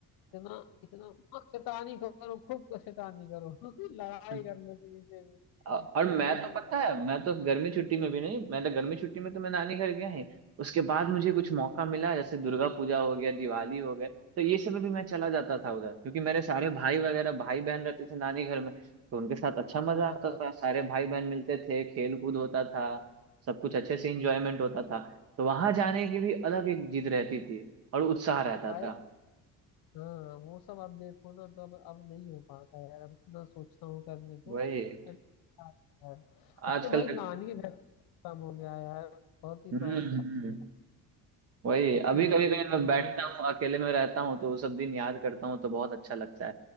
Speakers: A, on the left (about 70°); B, on the right (about 40°).
A: इतना इतना हाँ, शैतानी करो खूब शैतानी करो <laughs> लड़ाई
B: <laughs>
A: कर लो किसी से भी
B: औ-
A: कुछ
B: और मैं
A: नहीं
B: तो
A: तुम
B: पता है मैं तो गर्मी छुट्टी में भी नहीं मैं तो गर्मी छुट्टी में तो मैं नानी घर गया ही उसके बाद मुझे कुछ मौका मिला जैसे दुर्गा पूजा हो गया दिवाली हो गया तो ये सब में भी मैं चला जाता था उधर क्योंकि मेरे सारे भाई वगैरह भाई बहन रहते थे नानी घर में तो उनके साथ अच्छा मजा
A: हाँ
B: आता था सारे भाई बहन मिलते थे खेल कूद होता था सब कुछ अच्छे से इंजॉयमेंट होता था तो वहां जाने की भी अलग एक जिद रहती थी और उत्साह रहता
A: भाई
B: था
A: हाँ वो सब अब देखो ना तो अब अब नहीं हो पाता है यार अब इतना सोचता हूँ करने को
B: वही
A: बट यार, अब
B: आजकल
A: तो भाई
B: देखो
A: नानी के घर काम हो गया है यार बहुत ही प्रॉब-
B: हम्म हम्म
A: अच्छा है
B: वही
A: जब से
B: अभी
A: बचपन
B: कभी कभी मैं बैठता
A: में
B: हूँ अकेले में रहता हूँ तो वो सब दिन याद करता हूँ तो बहुत अच्छा लगता है